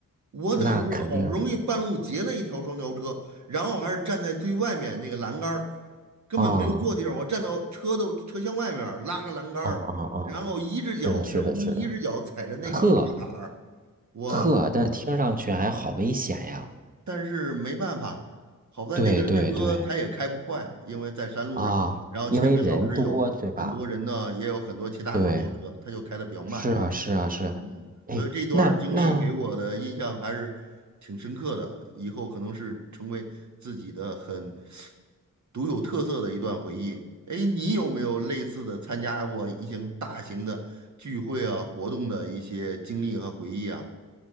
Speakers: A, on the right (about 60°); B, on the right (about 25°).
A: 我等于是好不容易半路截了一条双条车，
B: 那肯定，
A: 然后还是站在最外面那个栏杆儿，根本没有坐地方，
B: 哦
A: 我站到车的车厢外面儿拉着栏杆儿，
B: 哦哦哦，
A: 然后一只脚悬空，
B: 是的是的是的，
A: 一只脚踩着那个踏板儿，
B: 呵
A: 哇，
B: 呵，但听上去还好危险呀，
A: 但是没办法，好在那个车它也开不快，
B: 对对对。
A: 因为在山路上，
B: 啊，
A: 然后前面老是有很多人呢，
B: 因为人多，对吧？
A: 也有很多其他双轿车，
B: 对，
A: 它就开得比较慢，
B: 是啊，是啊，是啊。
A: 嗯，
B: 哎，
A: 所以这段儿经历给我的印象还是挺深刻的，
B: 那那，
A: 以后可能是成为自己的很独有特色的一段回忆。哎，你有没有类似的参加过一些大型的聚会啊、活动的一些经历和回忆啊？